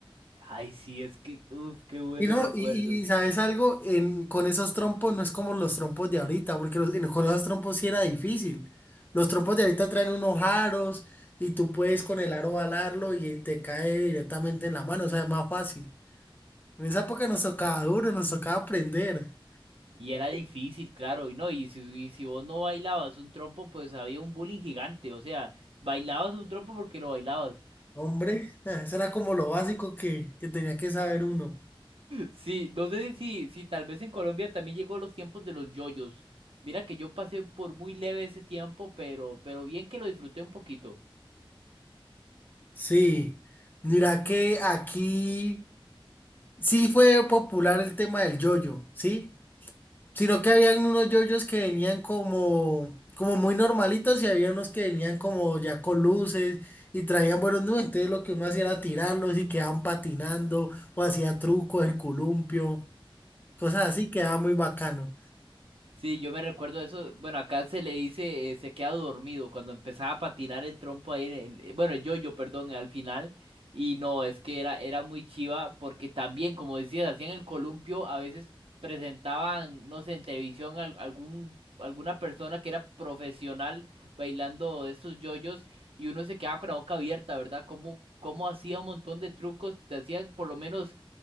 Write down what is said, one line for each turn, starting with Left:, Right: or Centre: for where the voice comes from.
Right: Ay, sí, es que, uff, qué buenos
Left: Y no,
Right: recuerdos.
Left: y, y- sabes algo, en, con esos trompos no es como los trompos de ahorita, porque los- en- con esos trompos sí era difícil. Los trompos de ahorita traen unos aros y tú puedes con el aro balarlo y te cae directamente en la mano, o sea, es más fácil. En esa época nos tocaba duro, nos tocaba aprender.
Right: Y era difícil, claro, y no, y si, y si vos no bailabas un trompo, pues había un bullying gigante, o sea, bailabas un trompo porque lo bailabas.
Left: Hombre, <laughs> eso era como lo básico que, que tenía que saber uno.
Right: Sí, no sé si, si tal vez en Colombia también llegó los tiempos de los yoyos. Mira que yo pasé por muy leve ese tiempo, pero, pero bien que lo disfruté un poquito.
Left: Sí, mira que aquí sí fue popular el tema del yoyo, ¿sí? Sino que habían unos yoyos que venían como, como muy normalitos y había unos que venían como ya con luces y traían buenos nubes. Entonces lo que uno hacía era tirarlos y quedaban patinando o hacía trucos, el columpio, cosas así, quedaba muy bacano.
Right: Sí, yo me recuerdo eso. Bueno, acá se le dice, eh, se queda dormido cuando empezaba a patinar el trompo ahí, en el- eh, bueno, el yoyo, perdón, al final. Y no, es que era, era muy chiva porque también, como decías, hacían el columpio, a veces presentaban, no sé, en televisión al- algún, alguna persona que era profesional bailando estos yoyos y uno se quedaba con la boca abierta, ¿verdad? Como, como hacía un montón de trucos, te hacían por lo menos